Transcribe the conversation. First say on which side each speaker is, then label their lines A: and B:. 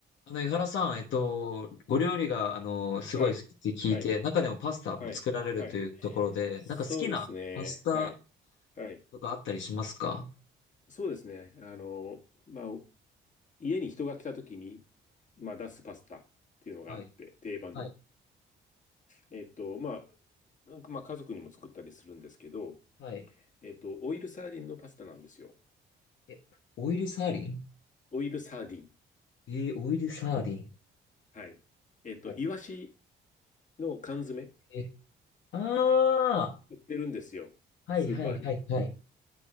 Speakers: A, on the left; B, on the left.
A: あの、江原さん、えっと、ご料理が、あの、すごい好きって聞いて、
B: はい。はい。
A: 中でもパスタも作られるというところで、
B: はい。はい。そうですね。
A: なんか好きなパスタ
B: はい。はい。
A: とかあったりしますか
B: そうですね。あの、まあ、家に人が来た時に、まあ、出すパスタっていうのがあって、
A: はい、
B: 定番の。
A: はい、
B: えっと、まあ、なんかまあ、家族にも作ったりするんですけど、
A: はい。
B: えっと、オイルサーディンのパスタなんですよ。
A: え、オイルサーディン
B: オイルサーディン。
A: えーオイルサーディン。
B: はい。えっと、
A: はい。
B: イワシの缶詰、
A: えー、あ
B: 売ってるんですよ。
A: あ、
B: スーパーに。
A: はい、はい、はい、はい。